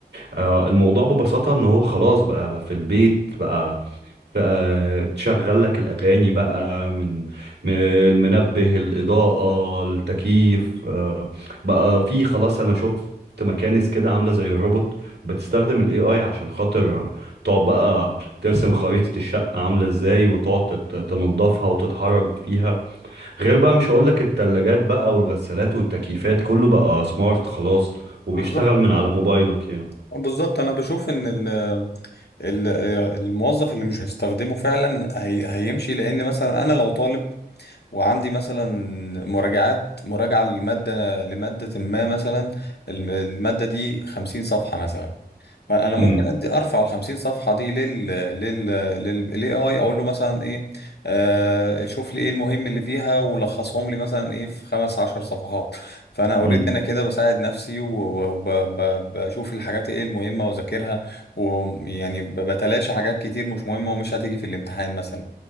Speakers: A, on the right; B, on the left.
A: آه، الموضوع ببساطة ان هو خلاص بقى في البيت بقى بقى بتشغل لك الأغاني بقى من من المنبه الإضاءة التكييف آه، بقى في خلاص أنا شفت مكانس كده عاملة زي الروبوت بتستخدم ال AI عشان خاطر تقعد بقى ترسم خريطة الشقة عاملة ازاي وتقعد تت- تنضفها وتتحرك فيها غير بقى مش هقولك التلاجات بقى والغسالات والتكييفات كله بقى سمارت خلاص وبيشتغل
B: بالظبط
A: من على موبايلك يعني
B: بالظبط انا بشوف ان ال... ال- الموظف اللي مش هيستخدمه فعلا هي هيمشي لان مثلا انا لو طالب وعندي مثلا مراجعات مراجعة للمادة لمادة ما مثلا الم- المادة دي خمسين صفحة مثلا فانا ممكن
A: مم.
B: ادي ارفع ال 50 صفحه دي لل لل لل للاي اي اقول له مثلا ايه آه شوف لي ايه المهم اللي فيها ولخصهم لي مثلا ايه في خمس عشر صفحات فانا اوريدي
A: امم
B: انا كده بساعد نفسي وبشوف الحاجات ايه المهمه واذاكرها ويعني بتلاشى حاجات كتير مش مهمه ومش هتيجي في الامتحان مثلا